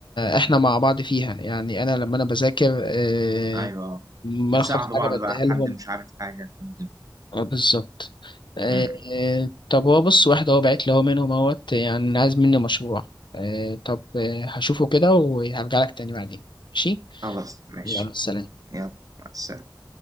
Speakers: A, on the left (about 80°); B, on the right (about 50°).
A: احنا مع بعض فيها يعني انا لما انا بذاكر إيه
B: ايوه اه
A: ملخص
B: بتساعدوا
A: حاجه
B: بعض
A: بديها
B: بقى حد
A: لهم
B: مش عارف حاجه حد
A: اه بالظبط آه
B: امم
A: آه، طب هو بص واحد هو بعت لي هو منهم اهوت يعني عايز مني مشروع آه طب آه هشوفه كده وهرجع لك تاني بعدين ماشي
B: خلاص ماشي
A: يلا سلام
B: يلا مع السلامه